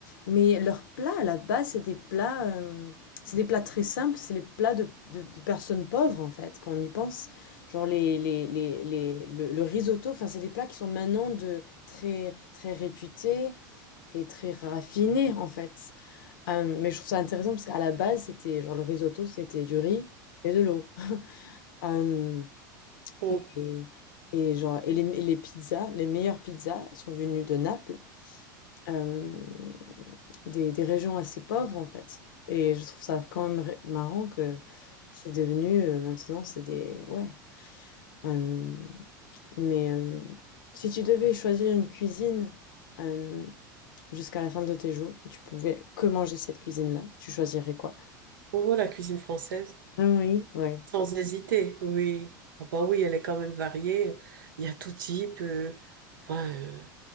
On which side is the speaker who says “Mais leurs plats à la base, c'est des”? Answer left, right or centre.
Left